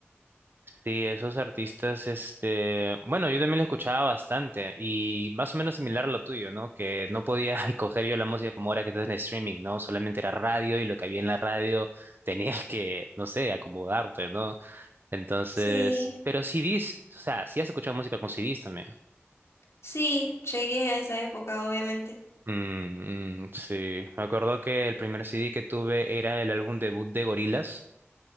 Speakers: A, on the right (about 50°); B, on the left (about 80°).
A: Sí, esos artistas, este, bueno, yo también lo escuchaba bastante y más o menos similar a lo tuyo, ¿no? Que no podía <laughs> coger yo la música como ahora que estás en streaming, ¿no? Solamente era radio y lo que había en la radio <laughs> tenías que, no sé, acomodarte, ¿no? Entonces,
B: Sí,
A: pero CDs, o sea, sí has escuchado música con CDs también.
B: sí, llegué a esa época, obviamente.
A: Mm, mm, sí, me acuerdo que el primer CD que tuve era el álbum debut de Gorillaz.